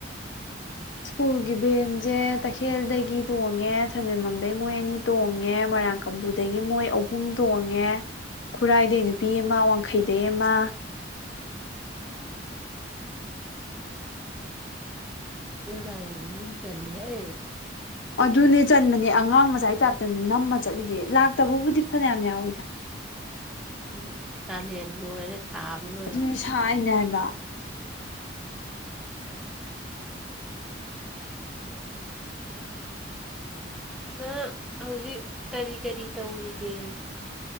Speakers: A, on the left; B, in the centre.
A: ꯁ꯭ꯀꯨꯜꯒꯤ ꯕꯦꯟꯁꯦ ꯇꯈꯦꯜꯗꯒꯤ ꯇꯣꯡꯉꯦ ꯁꯟꯖꯦꯜꯕꯝꯗꯩꯩ ꯃꯣꯏ ꯑꯅꯤ ꯇꯣꯡꯉꯦ ꯃꯔꯣꯏꯔꯥꯡ ꯀꯝꯄꯨꯗꯒꯤ ꯃꯣꯏ ꯑꯍꯨꯝ ꯇꯣꯡꯉꯦ ꯈꯨꯔꯥꯏꯗꯩꯩ ꯅꯨꯄꯤ ꯑꯃ ꯋꯥꯡꯈꯩꯗꯩꯩ ꯑꯃ
B: ꯅꯣꯏ ꯒꯥꯔꯤꯗꯤ ꯃꯤ ꯆꯠꯂꯤ ꯍꯦ
A: ꯑꯗꯨꯅꯦ ꯆꯟꯕꯅꯦ ꯑꯉꯥꯡ ꯃꯆꯥꯒꯤ ꯇꯥꯏꯞꯇꯅꯦ ꯅꯝꯃ ꯆꯠꯂꯤꯁꯦ ꯂꯥꯛꯇꯕꯕꯨꯗꯤ ꯐꯅꯌꯥꯝ ꯌꯥꯎꯋꯤꯗ
B: ꯎꯝ ꯀꯂꯦꯟꯒ ꯑꯣꯏꯔꯦ ꯁꯥꯕꯅ ꯂꯣꯏ
A: ꯑꯗꯨꯅꯤ ꯁꯥꯏꯅꯦ ꯍꯥꯏꯕ
B: ꯅꯪ ꯍꯧꯖꯤꯛ ꯀꯔꯤ ꯀꯔꯤ ꯇꯧꯔꯤꯒꯦ